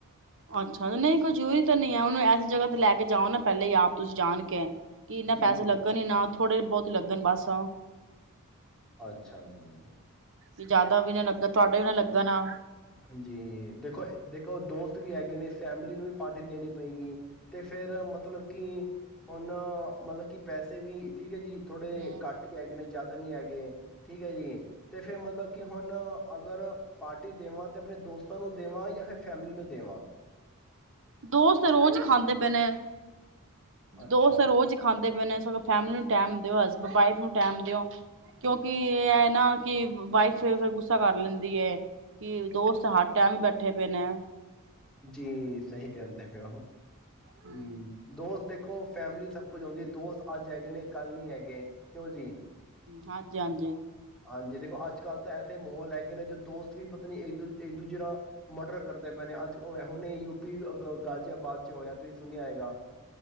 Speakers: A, on the right (about 60°); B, in the centre.
A: ਅੱਛਾ, ਨਹੀਂ ਜਰੂਰੀ ਤਾਂ ਨਹੀਂ ਹੈ? ਹੁਣ ਇਸ ਜਗ੍ਹਾ ਤੇ ਲੈ ਕੇ ਜਾਓ ਨਾ ਪਹਿਲੇ ਹੀ ਆਪ ਤੁਸੀਂ ਜਾਣ ਕੇ ਕਿ ਇਨਾ
B: ਜੀ,
A: ਪੈਸੇ
B: ਜੀ।
A: ਲੱਗਣ ਨਾ, ਥੋੜੇ ਬਹੁਤ ਲੱਗਣ ਬਸ।
B: ਅੱਛਾ ਜੀ।
A: ਜ਼ਿਆਦਾ ਵੀ ਨਾ ਲੱਗਾ, ਤੁਹਾਡਾ ਵੀ ਨਾ ਲੱਗਾ ਨਾ
B: ਜੀ ਦੇਖੋ ਦੇਖੋ ਦੋਸਤ ਵੀ ਹੈਗੇ ਨੇ, ਫੈਮਿਲੀ ਨੂੰ ਵੀ ਪਾਰਟੀ ਦੇਣੀ ਪਏਗੀ, ਤੇ ਫਿਰ ਮਤਲਬ ਕਿ ਹੁਣ ਮਤਲਬ ਕਿ ਪੈਸੇ ਵੀ ਠੀਕ ਹੈ ਜੀ ਥੋੜੇ
A: ਹਮ
B: ਘੱਟ ਹੀ ਹੈਗੇ ਨੇ ਜਿਆ ਨਈ ਹੈਗੇ ਠੀਕ ਹੈ ਜੀ, ਤੇ ਫਿਰ ਮਤਲਬ ਕਿ ਹੁਣ ਅਗਰ ਪਾਰਟੀ ਦੇਵਾਂ ਆਪਣੇ ਦੋਸਤਾਂ ਨੂੰ ਦੇਵਾਂ, ਜਾਂ ਫਿਰ ਫੈਮਿਲੀ ਨੂੰ ਦੇਵਾਂ।
A: ਦੋਸਤ ਰੋਜ਼ ਖਾਂਦੇ ਪਏਨੇ।
B: ਅੱਛਾ
A: ਦੋਸਤ ਰੋਜ਼ ਖਾਂਦੇ ਪਏਨੇ, ਸਗੋਂ ਫੈਮਿਲੀ ਨੂੰ ਟੈਮ ਦਿਓ। ਵਾਈਫ ਨੂੰ ਟੈਮ ਦਿਓ ਕਿਉਂਕਿ, ਇਹ ਨਾ ਕਿ ਵਾਈਫ ਫਿਰ ਗੁੱਸਾ ਕਰ ਲੈਂਦੀ ਏ, ਕਿ ਦੋਸਤ ਹਰ ਟੈਮ ਵੀ ਬੈਠੇ ਪਏ ਨੇ।
B: ਜੀ, ਸਹੀ ਕਹਿੰਦੇ। ਹੋ <inaudible>
A: ਹੂੰ
B: ਹਮ ਦੋਸਤ ਦੇ ਦੇਖੋ ਫੈਮਿਲੀ ਸਭ ਕੁਝ ਆਉਂਦੀ ਦੋਸਤ ਅੱਜ ਹੈਗੇ ਨੇ ਕੱਲ੍ਹ ਨੀ ਹੈਗੇ ਕਿਉਂ ਜੀ
A: ਹਾਂਜੀ ਹਾਂਜੀ
B: ਹਾਂਜੀ ਦੇਖੋ ਅੱਜ ਕੱਲ੍ਹ ਤਾਂ ਐਸੇ ਮਾਹੌਲ ਹੈਗੇ ਨੇ ਜੋ ਦੋਸਤ ਵੀ ਪਤਨੀ ਇੱਕ ਦ ਦੂਜੇ ਨਾਲ ਮਰਡਰ ਕਰਦੇ ਪਏ ਨੇੱਜ ਹੁਣੇ ਯੂਪੀ ਗਾਜ਼ੀਆਬਾਦ ਚ ਹੋਇਆ ਤੁਸੀਂ ਸੁਣਿਆ ਆਏਗਾ